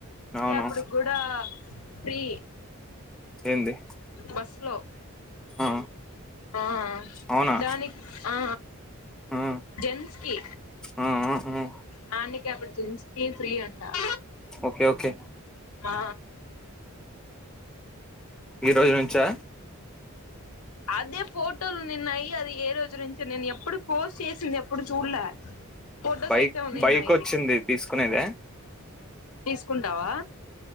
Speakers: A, in the centre; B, on the left.
A: అవును
B: అప్పుడు కూడా ఫ్రీ
A: ఏంది
B: బస్ లో
A: ఆ
B: ఆ
A: అవునా
B: దాని ఆ
A: ఆ
B: జెన్స్కి
A: ఆ ఆ ఆ
B: జెన్నికి అప్పుడు జెన్స్కి ఫ్రీ ఉంటాడు
A: ఓకే ఓకే
B: ఆ
A: ఈ రోజు నుంచా
B: అదే ఫోటోలు నిన్నయి అది ఏ రోజు నుంచి నేను ఎప్పుడు పోస్ట్ చేసింది ఎప్పుడు చూడలే ఫోటోస్
A: బైక్
B: అయితే ఉవునున్
A: బైక్
B: నాయి
A: వచ్చింది తీసుకునేదే
B: తీసుకుంటావా